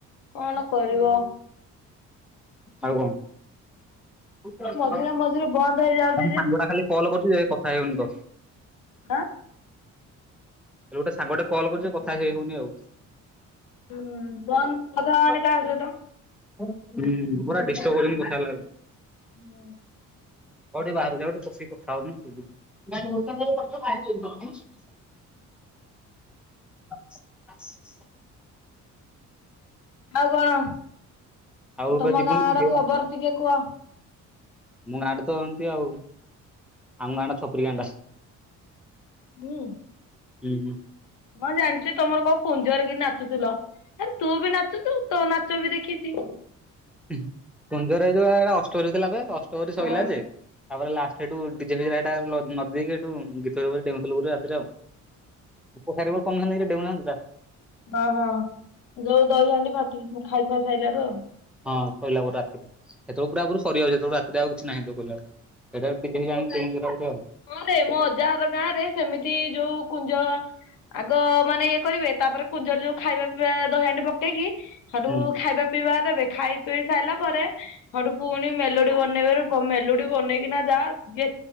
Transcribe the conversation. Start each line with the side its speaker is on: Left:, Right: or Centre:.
Left: କଣ କରିବ?
Centre: ଆଉ କଣ? <unintelligible>
Left: ମଝିରେ ମଝିରେ ବନ୍ଦ ହେଇଯାଉଛି ଯେ
Centre: ସାଙ୍ଗଟା ଖାଲି କଲ୍ କରୁଛି ଏ କଥା ହେଇଗନି ତ।
Left: ଦା
Centre: ଏବେ ଗୋଟେ ସାଙ୍ଗ ଗୋଟେ କଲ୍ କରୁଛୁ, କଥା ହେଇ ହଉନି ଆଉ। <inaudible>
Left: ହୁଁ ବନ୍ଦ କଥା ହବାନି
Centre: ଉଁ,
Left: କାହା ସହିତ
Centre: ହୁଁ ପୁରା ଡିଷ୍ଟପ୍ କରୁଛନ୍ତି କଥା ହେଲାବେଳେ।
Left: ନୋ
Centre: କୋଉଠି ବାହାରକୁ ଯାଉନୁ ବସିକି କଥା ହମି ସେଇ ଯୋଗୁ। ଯଦି ମୂର୍ଖାମି ରେ ପଡିଯିବ ଭାରିହେଇଯିବିନି। <inaudible>
Left: ଆଉ କଣ,
Centre: ଆଉ ଏବେ
Left: ତୋମ
Centre: ଯିବୁନି
Left: ଗାଁ
Centre: କି
Left: ଆଡ
Centre: ଆମ
Left: ଖବର ଟିକେ କୁଅ?
Centre: ଆମ ଗାଁଟା ତ ଏମତି ଆଉ, ଆମ ଗାଁଟା ଛପରି ଗାଁଟା।
Left: ମୁଁ
Centre: ହୁଁଁ।
Left: ହଁ ଜାଣିଛି ତୋମର କୋଉ କୁଞ୍ଜରେ କି ନାଚୁଥିଲ, ହେନ୍ ତୁ ବି ନାଚୁଚୁ, ତୋ ନା ଚ ବି ଦେଖିଚି।
Centre: ଉଁ, ହୁଁ, କୁଞ୍ଜର ଏଇ ଯୋଉ ଆ, ଏଟା ଅଷ୍ଟରୀ ହଉଥିଲା ବେ ଅଷ୍ଟପ୍ରହରୀ
Left: ହଁ
Centre: ସଇଲା ଯେ। ତାପରେ ଲଷ୍ଟ ସେଠୁ ଡିଜେ ଫିଜେ ରେ ହେଟା ଲ-ନଦି ଦେଇକି ହେଠୁ ଉଁ, ଗୀତ <unintelligible> ଡେଉଁ ଥୁଲୁ ପୁରା ରାତିରେ ଆଉ। ଉପସାରୀବ କ <unintelligible> ଡେଉଁନାହାନ୍ତି ତ।
Left: ହଁ, ହଁ ଯୋଉ ଦହି ହାଣ୍ଡି ଫାଟି ଖାଇ ଖୁଆ ସାଇଲାଠୁ ଆଉ।
Centre: ହଁ ସଇଲା ପରେ ରାତିରେ ସେତେବେଳୁ ପୁରା ପୁରୁ ସରିବ ଯେହେତୁ ରାତିରେ ଆଉ କିଛି ନାହିଁ ତ କଲାଳ। ସେଇଟା ଡିଜେ ଫିଜେ ଆଣିକି ଡେଇଁକି ସେରା ଗୋଟେ ଆଉ।
Left: ହଁ ରେ ମୋ ଅଜା ହର ଗାଁ ରେ ସେମିତି ଯୋଉ କୁଞ୍ଜ ଆଗ ମାନେ ଇଏ କରିବେ, ତାପରେ କୁଞ୍ଜର ରେ ଯୋଉ ଖାଇବା ପିଇବା ଦହିଆଣ୍ଡି ପକେଇକି ସେଠୁ
Centre: ହୁଁ
Left: ଖାଇବା ପିଇବା ଦେବେ ଖାଇ ପିଇ ସାଇଲା ପରେ ହଠୁ ପୁଣି ମେଲୋଡି ବନେଇବାରେ ପ-ମେଲୋଡି ବନେଇକିନା ଯା ଯେ